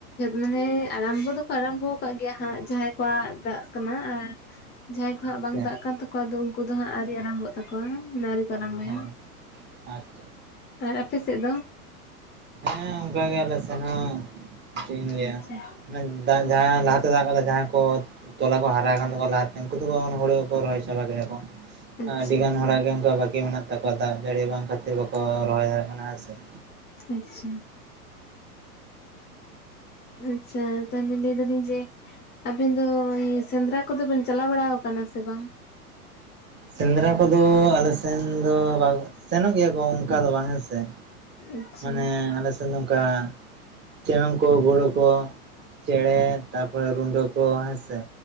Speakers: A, on the left; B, on the right.
A: ᱢᱟᱱᱮ ᱟᱨᱟᱢᱵᱷᱚ ᱫᱚᱠᱚ ᱟᱨᱟᱢᱵᱚ ᱠᱟᱜ ᱜᱮᱭᱟ ᱦᱟᱸᱜ ᱡᱟᱦᱟᱸᱭ ᱠᱚᱣᱟᱜ ᱫᱟᱜ ᱠᱟᱱᱟ᱾ ᱟᱨ ᱡᱟᱸᱦᱟᱭ ᱠᱚ ᱦᱟᱸᱜ
B: ᱟᱪᱪᱷᱟ
A: ᱵᱟᱝ ᱫᱟᱜ ᱠᱟᱱ ᱛᱟᱠᱚᱣᱟ ᱟᱫᱚ ᱩᱱᱠᱩ ᱫᱚ ᱦᱟᱸᱜ ᱟᱹᱣᱨᱤ ᱟᱨᱟᱢᱵᱚᱜ ᱛᱟᱠᱚᱣᱟ ᱚᱱᱟ ᱟᱨᱠᱤ ᱟᱨᱢᱵᱚᱭᱟ
B: ᱦᱮᱸ ᱟᱪᱪᱷᱟ
A: ᱟᱨ ᱟᱯᱮ ᱥᱮᱫ ᱫᱚ?
B: ᱦᱮᱸ ᱚᱱᱠᱟ ᱜᱮ ᱟᱞᱮ ᱥᱮᱱᱦᱚ ᱪᱮᱫ ᱤᱧ ᱞᱮᱭᱟ?
A: ᱟᱪᱪᱷᱟ
B: ᱫᱟᱜ ᱡᱟᱦᱟᱸᱟᱭ ᱞᱟᱦᱟᱛᱮ, ᱫᱟᱜ ᱟᱠᱟᱫᱟ ᱡᱟᱦᱟᱸᱟᱭ ᱠᱚ ᱛᱚᱞᱟ ᱠᱚ ᱦᱟᱨᱟ ᱟᱠᱱᱛᱟᱠᱣᱟ, ᱞᱟᱦᱟᱛᱮ ᱩᱱᱠᱩ ᱫᱚᱠᱚ ᱦᱳᱲᱳ ᱠᱚ ᱨᱚᱦᱚᱭ ᱪᱟᱵᱟ ᱠᱮᱜ-ᱟᱠᱚ ᱾
A: ᱟᱪᱪᱷᱟ
B: ᱟᱹᱰᱤᱜᱟᱱ
A: ᱟᱪᱪᱷᱟ
B: ᱦᱚᱲᱟᱜ ᱜᱮ ᱚᱱᱠᱟ ᱵᱟᱹᱠᱤ ᱢᱮᱱᱟᱜ ᱛᱟᱠᱚᱣᱟ ᱫᱟᱜ ᱡᱟᱹᱲᱤ ᱵᱟᱝ ᱠᱷᱟᱹᱛᱤᱨ ᱵᱟᱠᱚ ᱨᱚᱦᱚᱭ ᱫᱟᱲᱮᱜ ᱠᱟᱱᱟ ᱦᱮᱸᱥᱮ ᱾
A: ᱟᱪᱪᱷᱟ ᱟᱪᱪᱷᱟ ᱛᱟᱦᱞᱮ ᱞᱟᱹᱭ ᱫᱟᱹᱞᱤᱧ ᱡᱮ ᱟᱵᱤᱱ ᱫᱚ ᱥᱮᱸᱫᱽᱨᱟ ᱠᱚᱫᱚ ᱵᱤᱱ ᱪᱟᱞᱟᱣ ᱵᱟᱲᱟ ᱟᱠᱟᱱᱟ ᱥᱮ ᱵᱟᱝ?
B: ᱥᱮᱸᱫᱽᱨᱟ ᱠᱚᱫᱚ ᱟᱞᱮ ᱥᱮᱱ ᱫᱚ ᱥᱮᱱᱚᱜ ᱜᱮᱭᱟ ᱠᱚ ᱚᱱᱠᱟ ᱫᱚ ᱵᱟᱝ ᱦᱮᱸᱥᱮ ᱾
A: ᱟᱪᱪᱷᱟ
B: ᱢᱟᱱᱮ ᱟᱞᱮ ᱥᱮᱫ ᱚᱱᱠᱟ ᱪᱮᱢᱮᱝ ᱠᱚ ᱜᱳᱲᱳ ᱠᱚ ᱪᱮᱸᱬᱮ ᱛᱟᱯᱚᱨᱮ ᱨᱩᱰᱟᱹ ᱠᱚ ᱦᱮᱸᱥᱮ